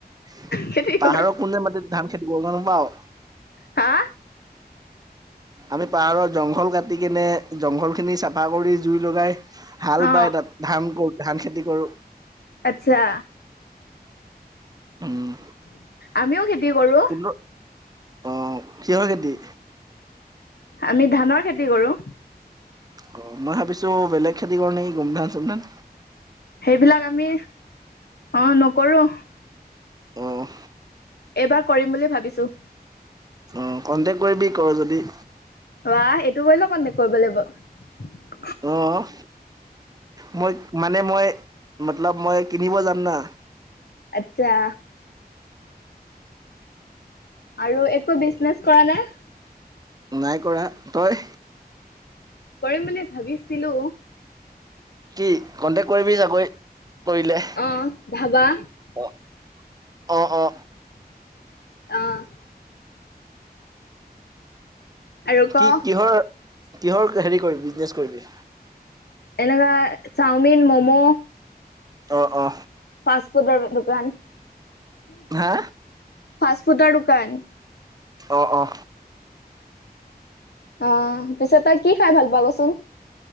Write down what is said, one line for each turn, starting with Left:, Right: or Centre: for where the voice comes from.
Right: পাহাৰৰ
Left: খেতি কৰো
Right: কোনে মাটিত ধান খেতি বৰষুণ নাপাৱ।
Left: হা
Right: আমি পাহাৰত জংঘল কাটিকিনে, জংঘলখিনি চাফা কৰি জুই লগাই হাল
Left: অ
Right: বাই তাত ধান কৰো, ধান খেতি কৰো।
Left: আচ্ছা
Right: উম'।
Left: আমিও খেতি কৰো।
Right: কিন্তু অ' কিহৰ খেতি
Left: আমি ধানৰ খেতি কৰোঁ।
Right: অ মই ভাবিছো বেলেগ খেতি কৰ নেকি গোমধান চুমধান।
Left: সেইবিলাক আমি অ নকৰো।
Right: অ',
Left: এইবাৰ কৰিম বুলি ভাবিছোঁ।
Right: অহ, কণ্টেক কৰিবি কৰ যদি।
Left: আহ এইটো কৰিলে কণ্টেক্ট কৰিব লাগিব।
Right: অ'। মই মানে মই, মতলব মই কিনিব যাম না।
Left: আতছা। আৰু একো বিজনেচ কৰা নাই।
Right: নাই কৰা তই।
Left: কৰিম বুলি ভাবিছিলো।
Right: কি কন্টেক্ট কৰিবি চাগৈ। কৰিলে
Left: অ ধাবা
Right: অ-অ-অ,
Left: অ', আৰু ক
Right: কি কিহৰ, কিহৰ হেৰি কৰিবি বিজনেচ কৰিবি।
Left: এনেকুৱা চাওমিন মম'।
Right: অ অ
Left: ফাষ্ট ফুডৰ দোকান
Right: হা।
Left: ফাষ্টফুডৰ দোকান
Right: অ অ
Left: অ পিছে তই কি খাই ভাল পাৱ' কচোন